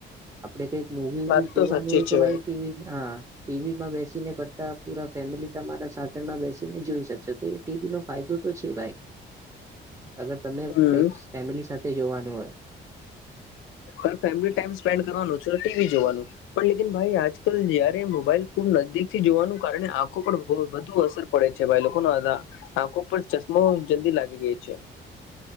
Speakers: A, on the right (about 15°); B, on the left (about 85°).
A: આપડે કઈ મૂવીવી
B: વાત
A: ધોવાનું
B: તો સાચી
A: હોય
B: છે
A: તો ભાઈ ટીવી હા ટીવી માં બેસીને બધા પુરા ફેમિલી તમારા સાથે તેમાં બેસીને જોઈ શકશો તો એ ટીવી નો ફાયદો તો છે ભાઈ. અગર તમે
B: હમ
A: કઈક ફેમિલી સાથે જોવાનું હોય.
B: ઘ ફેમિલી ટાઈમ સ્પેન્ડ કરવાનું છ ટીવી જોવાનું. પણ લેક ભાઈ આજકાલ જયારે મોબાઈલ ખુબ નજદીક થી જોવાનું કારણે આંખો પર વધુ અસર. પડે છે ભાઈ લોકો ન આ આંખો પર ચશ્મો જલ્દી લાગી ગઈ છે.